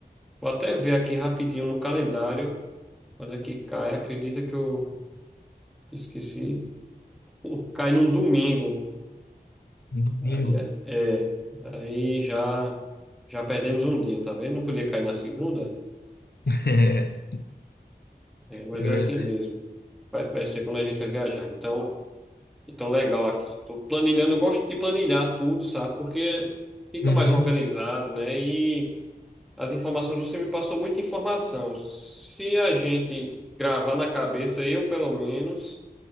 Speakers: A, in the centre; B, on the left.
A: Vou até ver aqui rapidinho no calendário, quando é que cai, acredita que eu esqueci. <laughs> Pô, cai num domingo.
B: Um domingo.
A: Aí é, é. aí já já perdemos um dia, tá vendo? Não podia cair na segunda,
B: <laughs> É,
A: é, mas
B: é
A: é
B: verdade.
A: assim mesmo. Vai, vai ser quando a gente vai viajar. Então, Então, legal aqui. Tô planilhando, eu gosto de planilhar tudo, sabe? Porque fica
B: Uhum.
A: mais organizado, né? E as informações, você me passou muita informação. Se a gente gravar na cabeça, eu pelo menos,